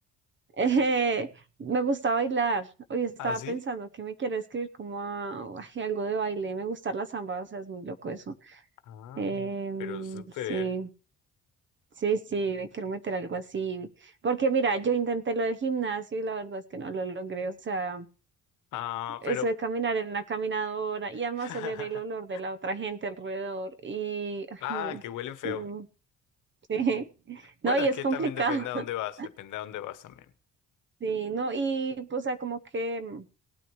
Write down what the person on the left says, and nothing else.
¿Ah, sí?
Ah,
pero súper.
Ah,
pero...
<laughs>
Ah,
que huelen feo.
Bueno,
es
que
también depende a dónde
vas, depende a dónde vas también.